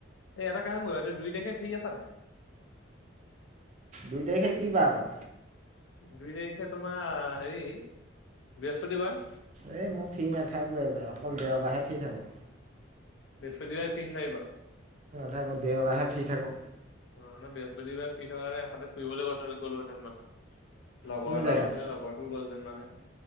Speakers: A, on the left (about 70°); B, on the right (about 35°).
A: এটা কামোতে দুই তাৰিখে ফ্ৰী আছা নে?
B: দুই তাৰিখে কি বাৰবা?
A: দুই তাৰিখে তোমাৰ হেৰি বৃহস্পতিবাৰ
B: এই মই ফিৰী নাথাকো এইব অকল দেৰবাহে ফ্ৰী থাকো
A: বৃহস্পতিব তিনি চ আহিবা
B: থাকো দেওবাৰাহে ফি থাকো
A: ম নে বৃহস্পতিবাৰে ফি থকাৰ নে এতে ফুৰিবলৈ গ গলোহেঁতেন মানে লগৰ
B: কোন
A: এটা
B: জেগা
A: আছিলে লগৰটোও গ'লহতেন মানে।